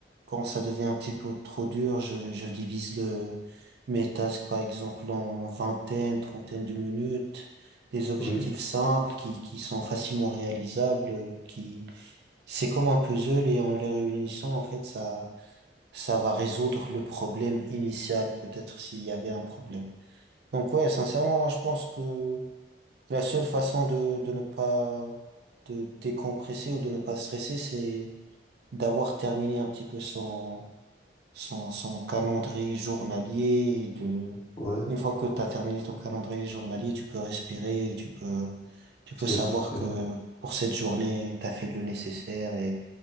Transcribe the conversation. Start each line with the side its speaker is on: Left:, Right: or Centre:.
Right: quand ça devient un petit peu trop dur, je, je divise le, mes tasks, par exemple, en vingtaine, trentaine de minutes, des objectifs
Left: oui,
Right: simples qui, qui sont facilement réalisables, euh, qui, c'est comme un puzzle et en les réunissant, en fait, ça, ça va résoudre le problème initial, peut-être s'il y avait un problème. Donc ouais, sincèrement, moi je pense que la seule façon de, de ne pas de décompresser ou de ne pas stresser, c'est d'avoir terminé un petit peu son, son, son calendrier journalier. et de,
Left: ouais,
Right: une fois que tu as terminé ton calendrier journalier, tu peux respirer, et tu peux, tu peux
Left: c'est
Right: savoir
Left: vrai, c'est
Right: que
Left: vrai.
Right: pour cette journée, tu as fait le nécessaire et